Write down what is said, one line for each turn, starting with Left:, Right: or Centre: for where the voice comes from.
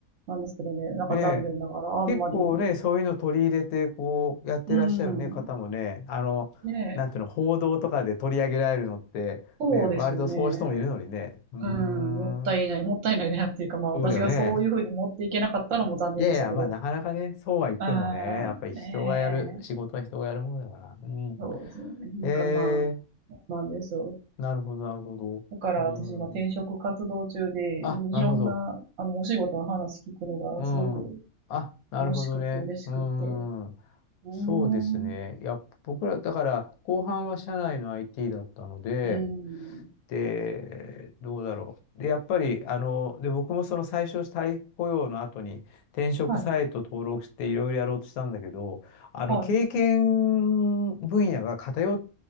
Right: なんですけどね、なんか残念ながらあんまり、
Left: ねえ。結構ね、そういうの取り入れて、こう、やってらっしゃるね、
Right: うん、
Left: 方もね、あの、
Right: ねえ、
Left: なんていうの、報道とかで取り上げられるのって、
Right: そうですよね。
Left: ね、割とそういう人もいるのにね。うー
Right: うん、もったいない、
Left: ん。
Right: もったいないなっていうか、まあ私がそういうふうに持っていけなかったのも残念でしたけど。
Left: そうだよね。いやいや、まあ、なかなかね、そうは言ってもね、
Right: ああ、
Left: やっぱり人がやる、仕事は人がやるものだから。
Right: ええ
Left: うん。
Right: そうですね。なんかまあ、
Left: えー
Right: そうなんですよ。
Left: なるほど、なるほど。
Right: だから私今転職活動中で、
Left: うん。あ、
Right: いいろんな、
Left: なるほど。
Right: あの、お仕事の話聞くのがすごく
Left: うん。あ、なるほどね。
Right: 楽しくって嬉しくって。
Left: うん。
Right: うーん、
Left: そうですね。いや、僕ら、だから、後半は社内の IT だったので、
Right: うん、
Left: で、どうだろう。で、やっぱり、あの、で、僕もその最初、再雇用の後に転職サイト登録していろいろやろうとしたんだけど、
Right: はい、
Left: あの、
Right: はい、
Left: 経験分野が偏っ